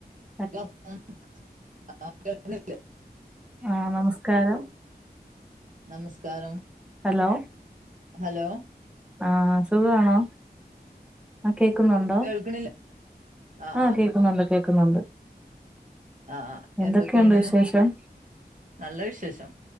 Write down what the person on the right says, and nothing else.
ജ്ജ് ഒറങ്ങാ ആഹ് കേക്ക്ണ്ല്ലേ
നമസ്കാരം
ഹലോ
കേൾക്കണില്ല ആ
ആ
ആഹ് ആഹ്
എന്തൊക്കെയാണ്
നല്ല വിശേഷം